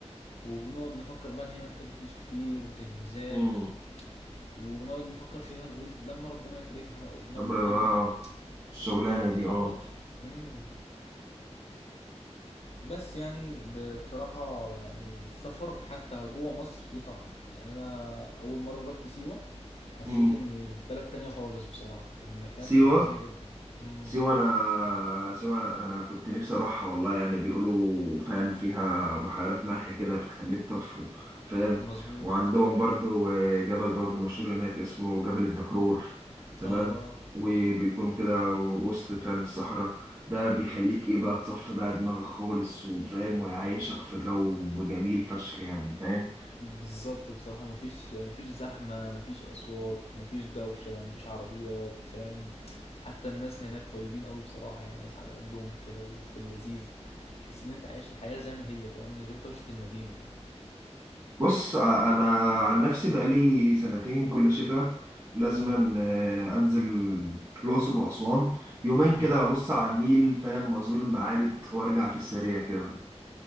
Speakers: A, on the left (about 60°); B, on the right (about 25°).
A: وبنقعد نفكر بقى ان هي محتاجه فلوس كتير وتجهيزات
B: امم
A: و... ونقعد نفكر فيها نقول لما ربنا يفرجها بقى وبنقعد
B: عمرنا
A: مكاننا
B: ما الشغلانة
A: ما بنتحركش
B: دي اه
A: امم بس يعني ب- بصراحة يعني السفر حتى جوه مصر ليه طعمه يعني أنا أول مرة روحت سيوة حسيت
B: امم
A: إني في بلد تانية خالص بصراحة كان مكان
B: سيوة
A: فظيع جدا مم.
B: سيوة أنا سيوة أنا كنت نفسي أروحها والله يعني بيقولوا فاهم فيها بحيرات ملح كده بتخليك تطفو فاهم
A: مظبوط
B: وعندهم برضو آه، جبل برضو مشهور هناك اسمه جبل الدكرور تمام
A: اه اه
B: وبيكون كده وسط فاهم الصحراء ده بيخليك ايه بقى تصفي بقى دماغك خالص وفاهم ويعيشك في جو جميل فشخ يعني فاهم
A: بالظبط بصراحة مفيش مفيش زحمة مفيش أصوات مفيش دوشة مفيش عربيات فاهم حتى الناس هناك طيبين قوي بصراحة يعني ناس على قدهم كده وفي اللذيذ تحس إن أنت عايش الحياة زي ما هي فاهم من غير دوشة المدينة كده
B: بص ع- انا عن نفسي بقالي سنتين كل شتاء لازما
A: مم.
B: آه، انزل الاقصر واسوان يومين كده
A: مم.
B: ابص على النيل فاهم وازور المعابد وارجع في السريع كده